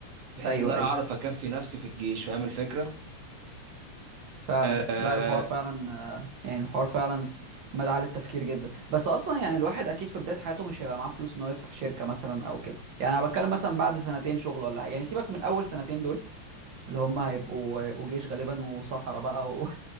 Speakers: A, on the right; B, on the right.
A: بحيث
B: ايوه
A: ان انا
B: ايوه
A: اعرف اكفي نفسي في الجيش فاهم الفكرة
B: فعلا
A: اه,
B: لا الحوار فعلا آه، يعني الحوار فعلا مدعاة للتفكير جدا بس اصلا يعني الواحد اكيد في بداية حياته مش هيبقى معاه فلوس ان هو يفتح شركة مثلا او كده يعني انا بتكلم مثلا بعد سنتين شغل ولا حاجة يعني سيبك من اول سنتين دول اللي هم هيبقوا هيبقوا جيش غالبا وصحراء بقى و... <laughs>